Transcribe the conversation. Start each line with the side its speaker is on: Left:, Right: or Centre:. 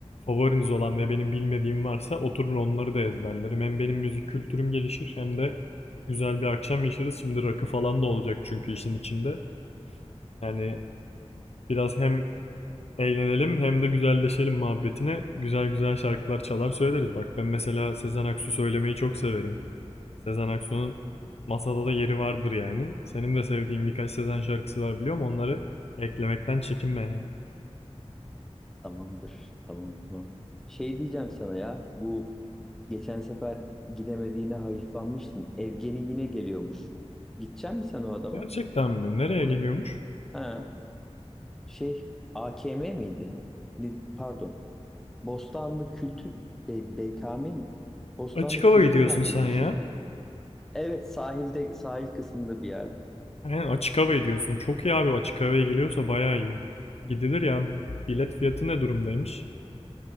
Left: favoriniz olan ve benim bilmediğim varsa oturur onları da ezberlerim. Hem benim müzik kültürüm gelişir hem de güzel bir akşam yaşarız. Şimdi rakı falan da olacak çünkü işin içinde. Yani Biraz hem eğlenelim hem de güzelleşelim muhabbetine güzel güzel şarkılar çalar söyleriz. Bak ben mesela Sezen Aksu söylemeyi çok severim. Sezen Aksu'nun masada da yeri vardır yani. Senin de sevdiğin birkaç Sezen şarkısı var biliyorum. Onları eklemekten çekinme yani.
Centre: <laughs> Tamamdır. Tamam tamam. Şey diyeceğim sana ya. Bu geçen sefer gidemediğine hayıflanmıştın. Evgeni yine geliyormuş. Gidecek misin sen o adama?
Left: Gerçekten mi? Nereye
Centre: O
Left: geliyormuş?
Centre: da, ha, şey AKM miydi? Ne- pardon. Bostanlı Kültür B- BKM mi? Bostanlı
Left: Açık hava
Centre: Kültür
Left: gidiyorsun
Centre: Merkezi
Left: sen
Centre: mi?
Left: ya.
Centre: Şu, evet sahilde sahil kısmında bir yerde.
Left: Aynen açık hava gidiyorsun. Çok iyi abi açık havaya geliyorsa bayağı iyi. Gidilir ya. Bilet fiyatı ne durumdaymış?